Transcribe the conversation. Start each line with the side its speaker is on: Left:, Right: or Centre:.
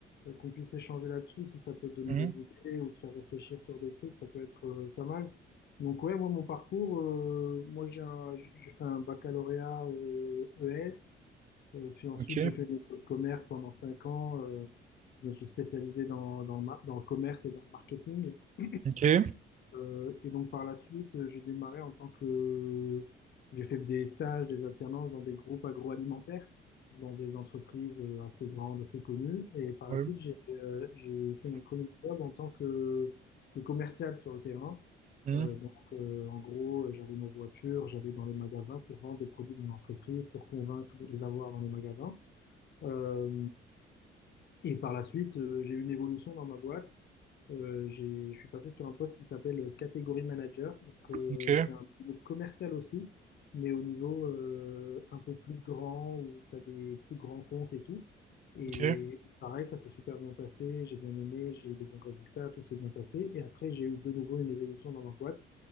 Left: euh, qu'on puisse échanger là-dessus, si ça peut te donner
Right: Mhm,
Left: des idées ou te faire réfléchir sur des trucs, ça peut être euh, pas mal. Donc ouais, moi mon parcours, euh, moi j'ai un- j'ai fait un baccalauréat euh, ES, euh, puis ensuite
Right: ok,
Left: j'ai fait une école de commerce pendant cinq ans. euh, je me suis spécialisé dans, dans, le ma- dans le commerce et dans le marketing. <clears throat>
Right: ok,
Left: Euh, et donc par la suite, euh, j'ai démarré en tant que... J'ai fait des stages, des alternances dans des groupes agroalimentaires, dans des entreprises euh, assez grandes, assez connues. Et par
Right: ouais,
Left: la suite, j'ai euh, j'ai fait mon premier job en tant que, que commercial sur le terrain.
Right: mhm,
Left: Euh, donc euh, en gros, euh, j'avais ma voiture, j'allais dans les magasins pour vendre des produits de mon entreprise, pour convaincre de les avoir dans les magasins. Euh, et par la suite, euh, j'ai eu une évolution dans ma boîte. Euh, j'ai, je suis passé sur un poste qui s'appelle euh, catégorie manager, donc euh,
Right: ok,
Left: qui est un peu commercial aussi, mais au niveau euh, un peu plus grand, où tu as des plus grands comptes et tout. Et
Right: ok.
Left: pareil, ça s'est super bien passé, j'ai bien aimé, j'ai eu de bons résultats, tout s'est bien passé. Et après, j'ai eu de nouveau une évolution dans ma boîte